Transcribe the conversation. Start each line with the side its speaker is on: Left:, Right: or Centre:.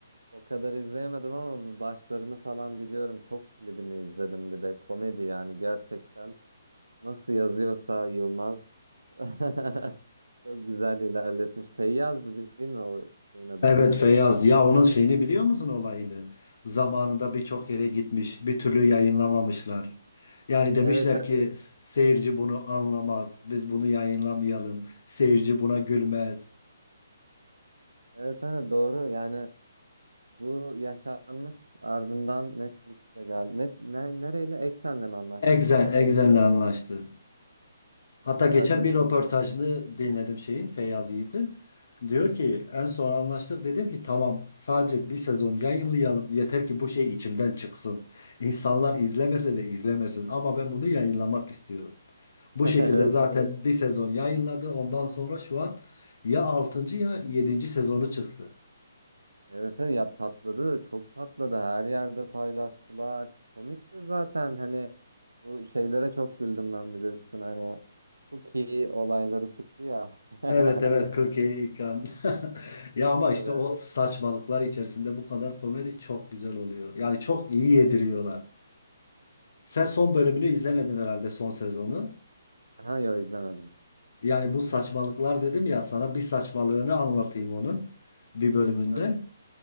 Right: O kadar izleyemedim ama başlarını falan biliyorum. Çok klibini izledim bir de komedi yani gerçekten nasıl yazıyorsa Yılmaz <laughs> çok güzel ilerletmiş. Feyyaz'dı değil mi o şeyin adı?
Left: Evet Feyyaz ya onun şeyini biliyor musun olayını? Zamanında birçok yere gitmiş, bir türlü yayınlamamışlar. Yani demişler
Right: Evet evet
Left: ki seyirci bunu anlamaz, biz bunu yayınlamayalım, seyirci buna gülmez.
Right: evet evet, doğru yani bu yaşanmış ardından Netflix'le geldi. Net, ne, nereyle? Eksen'le mi anlaşmışlardı?
Left: Exxen, Exxen'le
Right: Ek,
Left: anlaştı. Hatta geçen
Right: Acun.
Left: bir röportajını dinledim şeyin Feyyaz Yiğit'in. Diyor ki en son anlaştık dedim ki tamam sadece bir sezon yayınlayalım yeter ki bu şey içimden çıksın. İnsanlar izlemese de izlemesin ama ben bunu yayınlamak istiyorum. Bu
Right: <laughs>
Left: şekilde
Right: Evet.
Left: Evet. zaten bir sezon yayınladı ondan sonra şu an ya altıncı ya yedinci sezonu çıktı.
Right: Evet, evet ya patladı çok patladı her yerde paylaştılar ki komik de zaten hani bu şeylere çok güldüm ben bir de üstüne hani cookie olayları çıktı ya. <laughs>
Left: Evet evet Cookie Ikan. <laughs> Ya ama
Right: Ya
Left: işte
Right: da ben-
Left: o saçmalıklar içerisinde bu kadar komedi çok güzel oluyor. Yani çok iyi yediriyorlar. Sen son bölümünü izlemedin herhalde son sezonu.
Right: Aha yo izlemedim.
Left: Yani bu saçmalıklar dedim ya sana bir saçmalığını anlatayım onun bir bölümünden.
Right: Tabii.